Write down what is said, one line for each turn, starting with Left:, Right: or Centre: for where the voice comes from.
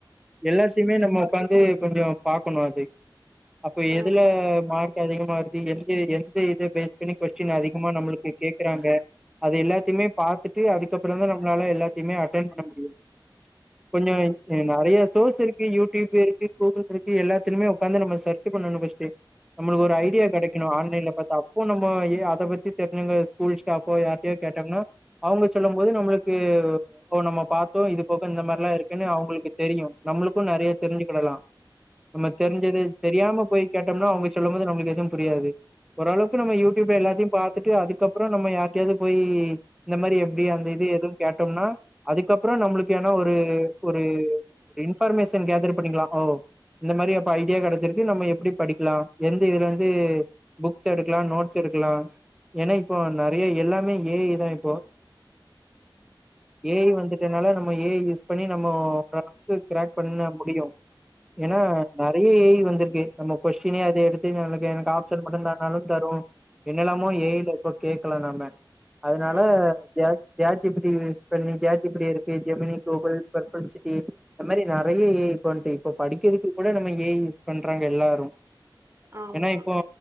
Centre: எல்லாத்தையுமே நம்ம உக்காந்து கொஞ்சோ பாக்கணு அது அப்போ எதுல
Right: ஆமா.
Centre: மார் அதிகமாருக்கு எங்க எந்த இத பேஸ் பண்ணி கொஸ்டின் அதிகமா நம்மளுக்கு கேக்கறாங்க அதெல்லாத்தையுமே பாத்துட்டு அதுக்கப்புறந்தான் நம்பளால எல்லாத்தையுமே அட்டன் பண்ண முடியு கொஞ்சோ நெறையா சோர்ஸ் இருக்கு யூடியூப் இருக்கு கூகுள் இருக்கு எல்லாத்துலயுமே உக்காந்து நம்ம சர்டு பண்ணணு ஃபர்ஸ்ட்டு நம்மளுக்கு ஒரு ஐடியா கெடை க்கு ஆன்லைன்ல பாத்தோ அப்பு நம்ம ஏன் அத பத்தி தெரிஞ்சவங்க ஸ்கூல் ஸ்டாபோ யார்ட்டயோ கேட்டம்ன்னா அவுங்க சொல்லும்போது நம்மள்க்கு ஓ நம்ம பாத்தோ இது போக இந்த மாரில்லா இருக்குன்னு அவுங்களுக்கு தெரியு நம்மளுக்கு நெறையி தெரிஞ்சுக்கிடலா நம்ம தெரிஞ்சது தெரியாம போய் கேட்டம்னா அவுங்க சொல்லும்போது நம்மளுக்கு எதுவும் புரியாது ஓரளவுக்கு நம்ம யூடியூப்ல எல்லாத்தையும் பாத்துட்டு அதுக்கப்றோ நம்ம யார்ட்டயாவது போய் இந்த மாரி எப்டி அந்த இது எதுவும் கேட்டம்னா அதுக்கப்றோ நம்மளுக்கு ஏனா ஒரு ஒரு இன்பர்மேஷன் கேதர் பண்ணிக்கலா ஓ இந்த மாரி அப்ப ஐடியா கெடச்சிருச்சு நம்ம எப்டி படிக்கலா எந்த இதுல து புக்ஸ் எடுக்கலா நோட்ஸ் எடுக்கலா ஏனா இப்போ நெறையா எல்லாமே ஏ ஐதான் இப்போ ஏ ஐ வந்துட்டனால நம்ம ஏ ஐ யூஸ் பண்ணி நம்ம ஓரளவுக்கு கிராக் பண்ண முடியு ஏனா நெறையா ஏ ஐ வந்திருக்கு நம்ம கொஸ்டினே அதே எடுத்து நல்ல எனக்கு ஆப்ஷன் மட்டுந்தான் ஆனாலு தரு என்னெல்லாமோ ஏ ஐல இப்ப கேக்கலா நம்ம அதனால
Right: ஆமா.
Centre: ஜாக் chat G P T use பண்ணி ஜாட் ஜீ பி டி இருக்கு ஜெமினி கூகுள் பர்பள் சிட்டி அந்த மாரி நெறையா ஏ ஐ இப்ப வந்ட்டு இப்ப படிக்கறதுக்கு கூட நம்ம ஏ ஐ யூஸ் பண்றாங்க எல்லாரு
Right: ஆமா.
Centre: ஏனா இப்போ